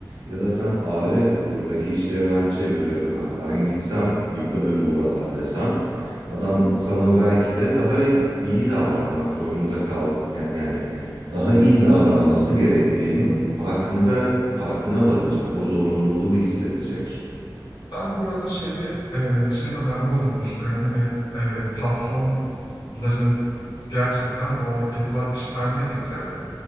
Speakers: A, on the right (about 75°); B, on the left (about 80°).
A: ya da sen abi buradaki işleri ben çeviriyorum ha ben gitsem yıkılır buralar desen adam sana belki de daha iyi davranmak zorunda kaldı ya- yani daha iyi davranması gerektiğinin farkında farkına varacak o zorunluluğu hissedecek.
B: Ben burada şeyi eee, şeyin önemli olduğunu düşünüyorum. Hani eee, patronların gerçekten o yapılan iş her ne ise